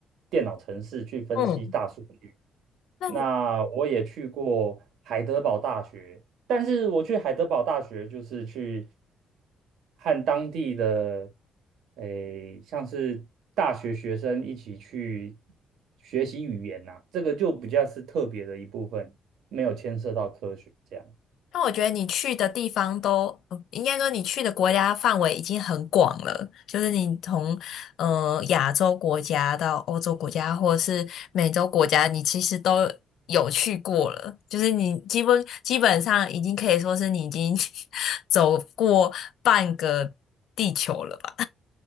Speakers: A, on the right (about 80°); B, on the left (about 75°).
A: 电脑程式去分析大数据。
B: 嗯，那。
A: 那我也去过海德堡大学，但是我去海德堡大学就是去和当地的诶，像是大学学生一起去学习语言呐、这个就比较是特别的一部分，没有牵涉到科学这样。
B: 那我觉得你去的地方都，呃应该说你去的国家范围已经很广了，就是你从呃亚洲国家到欧洲国家，或者是美洲国家，你其实都有去过了，就是你基本基本上已经可以说是你已经 <laughs> 走过半个地球了吧？